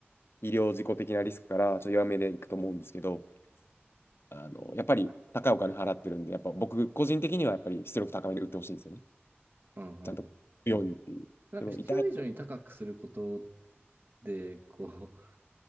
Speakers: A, on the left; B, on the right.
A: 医療事故的なリスクから、ちょっと弱めでいくと思うんですけど、あの、やっぱり高いお金払ってるんで、やっぱ僕個人的にはやっぱり出力高めで打ってほしいんですよね。
B: うんうんうん。
A: ちゃんとようにっていう。
B: なんか必要以上に高くすること
A: でも痛い。
B: で、こう、